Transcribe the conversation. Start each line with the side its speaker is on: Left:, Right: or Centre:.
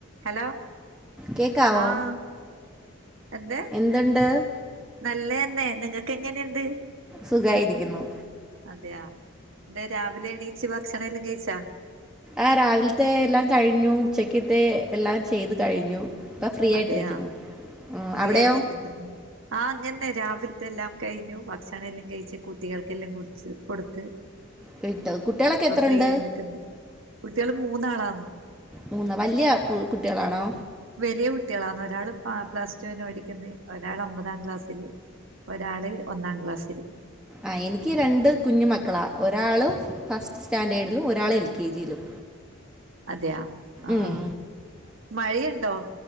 Right: Hello
Centre: കേക്കാവോ
Right: ആഹ് എന്ത്
Centre: എന്തുണ്ട്
Right: നല്ലയന്നെ നിങ്ങക്ക് എങ്ങനെയുണ്ട്
Centre: സുഖായിരിക്കുന്നു
Right: അതെയാ എന്തേ രാവിലെ എണീച്ച് ഭക്ഷണം എല്ലാം കഴിച്ചാ
Centre: ആഹ് രാവിലത്തെ എല്ലാം കഴിഞ്ഞു ഉച്ചക്കത്തെ എല്ലാം ചെയ്ത് കഴിഞ്ഞു ഇപ്പം ഫ്രീ ആയിട്ടിരിക്കുന്നു.
Right: അതെയാ
Centre: ഉം,
Right: ഫ്രീ
Centre: അവിടെയോ
Right: ആയിട്ടിരിക്കുന്നല്ലോ ആഹ് അങ്ങനന്നെ രാവിലത്തെ എല്ലാം കഴിഞ്ഞു ഭക്ഷണം എല്ലാം കഴിച്ച് കുട്ടികൾക്കെല്ലാം കുടിച്ച് കൊടുത്ത്
Centre: വിട്ട കുട്ടികളൊക്കെ
Right: ഇപ്പൊ
Centre: എത്ര ഉണ്ട്
Right: <unintelligible> കുട്ടികള് മൂന്നാളാണ്
Centre: മൂന്ന് വല്യയ കുട്ടികളാണോ
Right: വലിയ കുട്ടികളാണ് ഒരാള് പ പ്ലസ് റ്റുവിന് പഠിക്ക്ന്ന് ഒരാള് ഒമ്പതാം ക്ലാസ്സില് ഒരാള് ഒന്നാം ക്ലാസ്സില്
Centre: ആഹ് എനിക്ക് രണ്ട് കുഞ്ഞു മക്കളാ ഒരാള് ഫസ്റ്റ് സ്റ്റാൻഡേഡിലും ഒരാൾ എൽ കെ ജിയിലും
Right: അതെയ ആഹ്
Centre: ഉം.
Right: മഴയുണ്ടോ